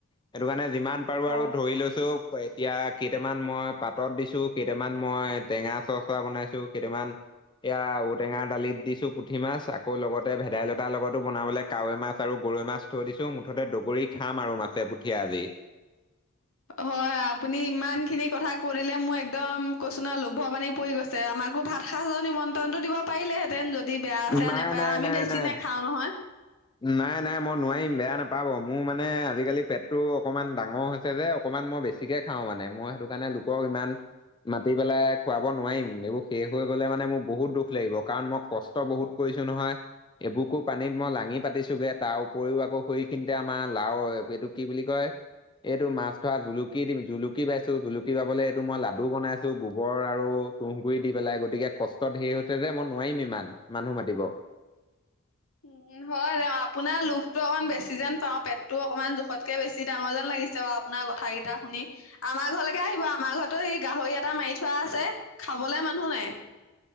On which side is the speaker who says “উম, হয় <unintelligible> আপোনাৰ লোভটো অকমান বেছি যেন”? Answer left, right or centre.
Left